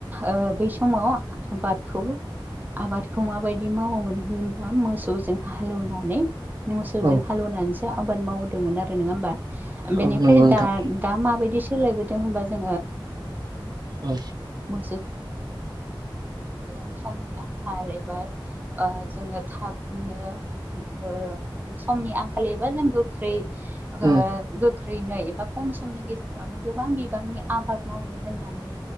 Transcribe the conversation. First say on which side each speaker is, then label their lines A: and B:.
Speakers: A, on the right; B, on the right.
A: ओ बै समाव आबादखौ आबादखौ माबायदि मावोमोन होनबा मोसौजों हालौवनानै मोसौजों
B: औ
A: हालेवनानैसो आबाद मावदोंमोन आरो नोंङा होमबा? बेनिफ्राय
B: औ नंगौ नोंथां
A: दा दा माबायदि सोलायबोदों होनबा जोङो
B: औ
A: मोसो दाना समनि आंखाल एबा ओ जोङो थाबनो ओ समनि आंखाल एबा जों गोख्रै ओ
B: औ
A: गोख्रैनो एबा खम समनि गेजेरावनो गोबां बिबांनि आबाद मावनो होननानै